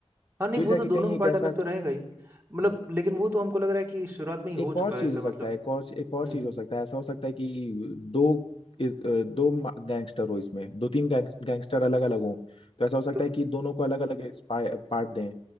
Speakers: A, on the right; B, on the left.
A: हाँ नहीं
B: फिर
A: वो
B: जाके
A: तो दोनों
B: कहीं
A: का
B: एक
A: पार्ट
B: ऐसा
A: अलग तो रहेगा ही मतलब
B: हाँ,
A: लेकिन वो तो हमको लग रहा है कि शुरुआत में ही हो
B: एक
A: चुका
B: और चीज
A: है ऐसा
B: हो
A: मतलब
B: सकता है एक और एक और
A: हम्म
B: चीज हो सकता है ऐसा हो सकता है कि दो इस- अ, दो गैंगस्टर हो इसमें दो तीन गैंगस्टर अलग अलग हो तो ऐसा हो सकता
A: तो
B: है कि दोनों को अलग अलग पार्ट दें